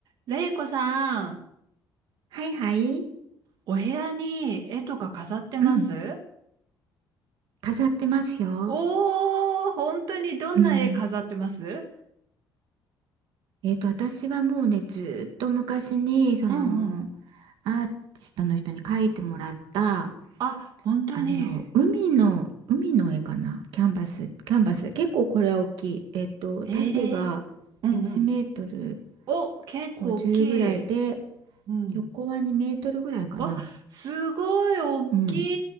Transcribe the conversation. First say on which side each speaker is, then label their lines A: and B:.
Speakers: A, on the right; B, on the right.
A: れいこさん、
B: はいはい。
A: お部屋に絵とか飾ってます
B: うん。飾ってますよ。
A: おー、本当にどんな絵飾ってます
B: うん。えっと、私はもうね、ずーっと昔に、その、
A: うんうん。
B: アーティストの人に描いてもらった、
A: あ、本当に。
B: あの、海の、海の絵かな。キャンバス、キャンバス。結構これは大きい。えっと、
A: ええうんうん。
B: 縦が1メートル
A: お、結構大きい。
B: 50ぐらいで、
A: うん。
B: 横は2メートルぐらいかな。
A: あ、すごい大き
B: うん。